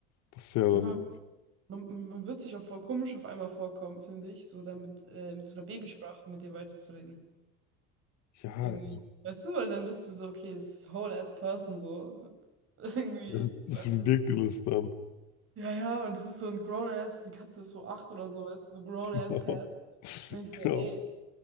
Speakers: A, on the left; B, on the right.
A: das ist ja dann,
B: Ja, man, man, man wird sich auch voll komisch auf einmal vorkommen, finde ich, so damit, äh, mit so einer Babysprache mit dem weiterzureden.
A: ja,
B: Irgendwie. Weißt du, weil dann bist du so, okay, das ist whole ass person so. <laughs> Irgendwie,
A: das ist, das
B: weißt
A: ist ridiculous
B: du?
A: dann.
B: Ja, ja, und es ist so ein Grown-Ass, die Katze ist so acht oder so, ist so Grown-Ass-Cat.
A: <laughs> Genau.
B: Und ich so,
A: Genau.
B: ey,